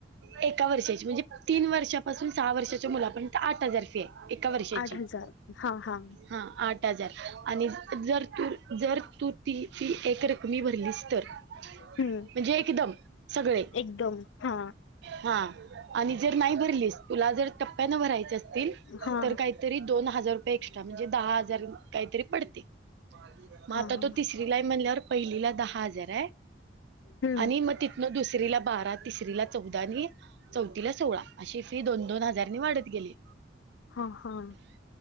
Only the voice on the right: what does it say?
एका वर्षाची. म्हणजे तीन वर्षापासून सहा वर्षाच्या मुलापर्यंत आट हजारए. एका वर्षाची
फी
हा, आट हजार. आणि जर तू जर तू फी ती एकरकमी भरलीस तर,
म्हणजे एकदम सगळे.
हा आणि जर नाही भरलीस, तुला जर टप्प्याने भरायचे असतील,
तर कायी तरी दोन हजार रुपये एक्स्ट्रा, म्हणजे दहा हजार रूप काहीतरी पडतील. म
आता
तो तिसरीला म्हणल्यावर पहिलीला दहा हजारए?
आणि मग तितनं दुसरीला बारा, तिसरीला चौदा नि चौथीला सोळा, अशी फी दोन दोन हजारनी वाढत गेली.